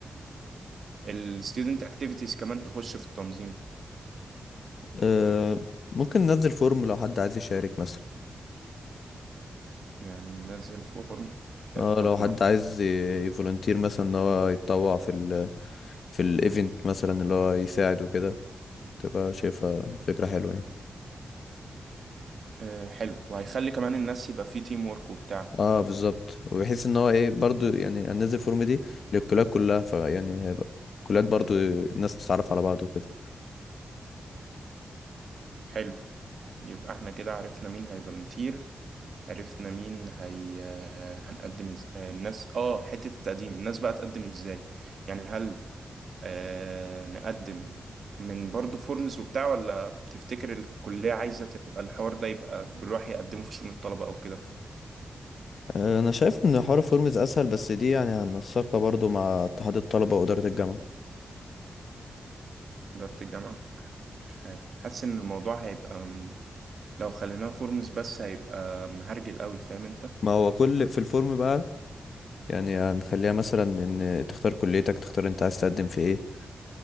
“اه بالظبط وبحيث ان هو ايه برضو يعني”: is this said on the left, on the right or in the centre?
Left